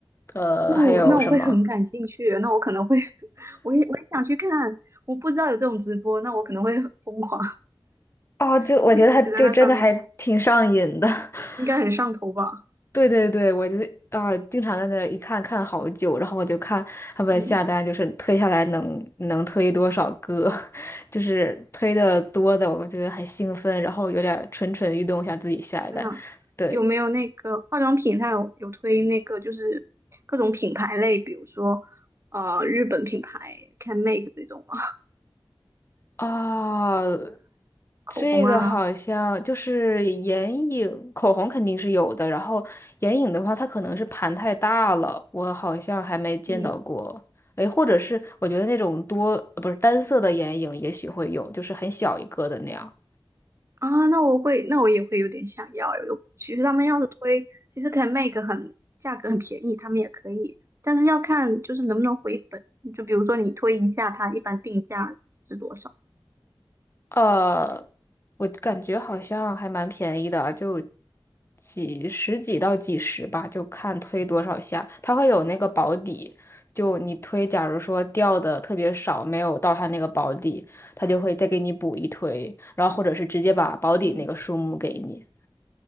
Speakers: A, on the left; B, on the right.
A: 呃，
B: 那我那我会很感兴趣，
A: 还有什么？
B: 那我可能会，<laughs> 我也我也想去看。我不知道有这种直播，那我可能会很疯狂，
A: 哦，
B: <laughs>
A: 就我觉得他就真的还挺上瘾的。
B: 会一直在那上面看，
A: <laughs>
B: 应该很上头吧？
A: 对对对，我就是啊，经常在那儿一看看好久，然后我就看他们下单，
B: 嗯，
A: 就是推下来能能推多少个，<laughs> 就是推的多的，我觉得很兴奋，然后有点蠢蠢欲动，想自己下一单。
B: 真的。
A: 对，
B: 有没有那个化妆品？它有有推那个就是各种品牌类，比如说呃日本品牌 CanMake 这种吗？
A: 啊，这个好像就是眼影，
B: 口红啊，
A: 口红肯定是有的。然后眼影的话，它可能是盘太大了，我好像还没见到过。
B: 嗯
A: 哎，或者是我觉得那种多，呃不是单色的眼影，也许会有，就是很小一个的那样。
B: 啊，那我会，那我也会有点想要诶有其实他们要是推，其实可以卖个很价格很便宜，他们也可以，但是要看就是能不能回本。就比如说你推一下，它一般定价是多少？
A: 呃，我感觉好像还蛮便宜的啊，就几十几到几十吧，就看推多少下。它会有那个保底，就你推，假如说掉的特别少，没有到它那个保底，它就会再给你补一推，然后或者是直接把保底那个数目给你。
B: 嗯